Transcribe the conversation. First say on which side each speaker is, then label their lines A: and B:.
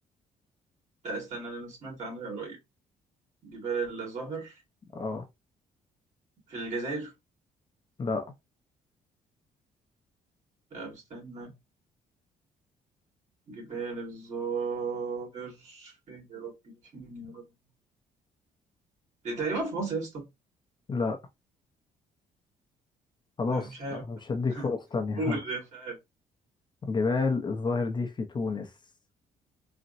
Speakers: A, on the right (about 55°); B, on the left (about 30°).
A: لا استنى أنا سمعت عنها قريب جبال الظاهر
B: اه
A: في الجزائر
B: لا
A: لا استنى جبال الظاهر فين يا ربي فين يا ربي دي تقريبا في مصر يا اسطى
B: لا خلاص
A: لا مش عارف
B: انا مش هديك
A: <laughs>
B: فرص تانية
A: قول مش عارف
B: <laughs> جبال الظاهر دي في تونس